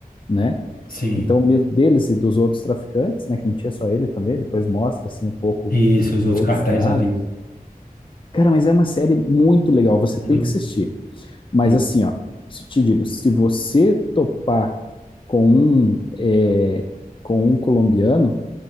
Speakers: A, on the left; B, on the left.
A: né?
B: Sim.
A: Então, o medo deles e dos outros traficantes, né, que não tinha só ele também, depois mostra assim um pouco
B: Isso, os outros
A: de outros
B: cartéis
A: casos.
B: ali.
A: Cara, mas é uma série muito legal, você
B: Muito,
A: tem que assistir. Mas
B: sim.
A: assim, ó, se- te digo, se você topar com um é, com um colombiano,